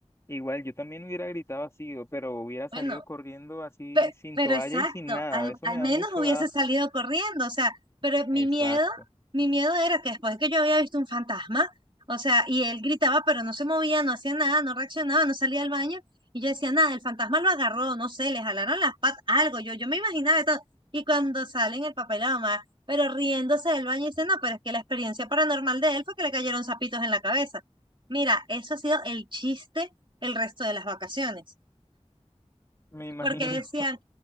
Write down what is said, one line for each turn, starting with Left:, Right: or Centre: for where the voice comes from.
Left: igual yo también hubiera gritado así, o- pero hubiera
Right: Bueno,
Left: salido corriendo así
Right: Pe-
Left: sin
Right: Pero,
Left: toalla
Right: exacto,
Left: y sin nada.
Right: al,
Left: Eso
Right: al
Left: me
Right: menos
Left: da mucho
Right: hubiese
Left: asco.
Right: salido corriendo, o sea, pero mi
Left: Exacto.
Right: miedo, mi miedo era que después que yo había visto un fantasma, o sea, y él gritaba, pero no se movía, no hacía nada, no reaccionaba, no salía al baño, y yo decía, nada, el fantasma lo agarró, no sé, le jalaron las patas, algo, yo, yo me imaginaba de todo, y cuando salen el papá y la mamá, pero riéndose del baño, dicen, no, pero es que la experiencia paranormal de él fue que le cayeron zapitos en la cabeza. Mira, eso ha sido el chiste el resto de las vacaciones
Left: Me imagino
Right: porque decían,